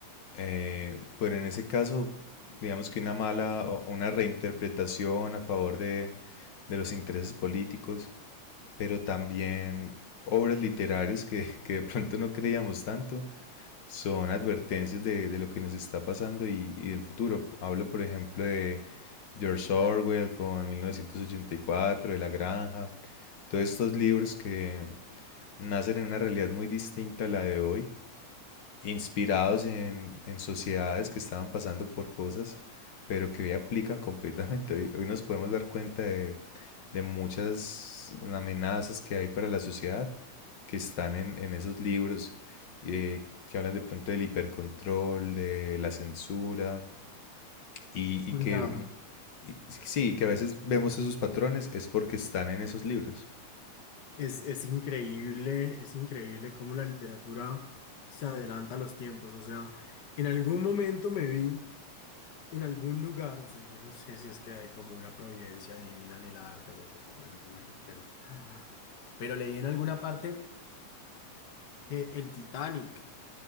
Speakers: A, on the left; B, on the left.
A: eh, pero en ese caso, digamos que una mala o una reinterpretación a favor de, de los intereses políticos, pero también obras literarias que, <laughs> que de pronto no creíamos tanto, son advertencias de, de lo que nos está pasando y, y del futuro. Hablo, por ejemplo, de George Orwell con 1984 de La Granja, todos estos libros que nacen en una realidad muy distinta a la de hoy, inspirados en, en sociedades que estaban pasando por cosas, pero que hoy aplican <laughs> completamente. Hoy, hoy nos podemos dar cuenta de, de muchas amenazas que hay para la sociedad que están en, en esos libros eh, que hablan de pronto del hipercontrol, de la censura y, y
B: La-
A: que mm, y sí, que a veces vemos esos patrones es porque están en esos libros.
B: es, es increíble, es increíble cómo la literatura se adelanta a los tiempos. O sea, en algún momento me vi en algún lugar, o sea, yo no sé si es que hay como una providencia divina en el arte, pues, o sea, bueno, me imagino que no. Pero leí en alguna parte que el Titanic,